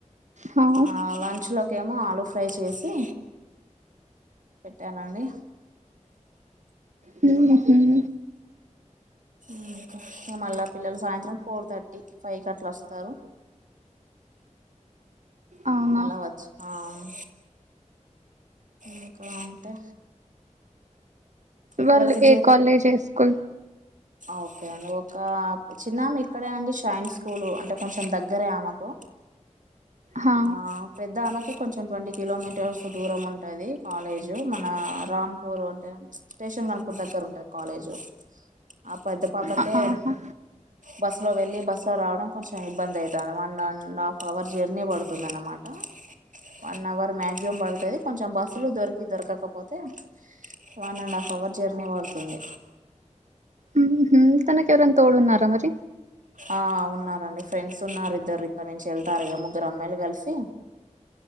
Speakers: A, on the right; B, on the right.
A: హా
B: ఆ లంచ్ లో కేమో ఆలుూ ఫ్రై చేసి పెట్టానండి.
A: మ్ తుమ్
B: మ్ మళ్ళా పిల్లలు సాయంత్రం ఫోర్ థర్టీ, ఫైవ్ కి అట్ల వస్తారు.
A: అవునా
B: మళ్ళ వచ్చి ఆమ్ ఇంకా అంటే
A: వాళ్ళు
B: ఇవాళకి
A: ఏ కాలేజ్ ఏ స్కూల్
B: ఓకె అండి ఒక చిన్నామె ఇక్కడే అండి షైన్ స్కూల్ అంటే కొంచెం దగ్గరే ఆమెకు
A: హా
B: ఆ పెద్ద ఆమెకి కొంచెం ట్వంటీ కిలోమీటర్స్ దూరం ఉంటది కాలేజు మన రాంపూర్ అంటే స్టేషన్ గణపూర్ దగ్గర ఉంటది కాలేజు ఆ పెద్ద పాపకె
A: ఆహా
B: బస్ లో వెళ్ళి బస్సు లో రావడం కొంచెం ఇబ్బంది అయితాంది, one and half hour journey పడుతుంది అనమాట. వన్ అవర్ మాక్సిమం పడుతుది కొంచెం బస్సులు దొరికి దొరకకపోతే, one and half hour journey పడుతుంది.
A: మ్ హు తనకి ఎవరన్నా తోడు ఉన్నారా మరి?
B: ఆ ఉన్నారండి ఫ్రెండ్స్ ఉన్నారు ఇద్దరు ఇక్కడి నుంచి వెళ్తారు గా ముగ్గురు అమ్మాయిలు కలిసి,